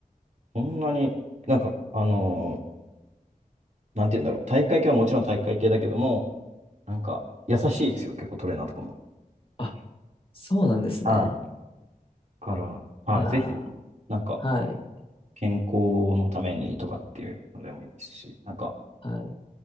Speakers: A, on the right; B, on the left.
A: そんなに、なんか、あのなんて言うんだろう。体育会系はもちろん体育会系だけども、なんか、優しいですよ。結構トレーナーとかも。
B: あ、そうなんですね。
A: はい。だから、はい、
B: いやー、
A: ぜひ、なんか、
B: はい、
A: 健康のためにとかっていうのでもいいですし、なんか、
B: はい。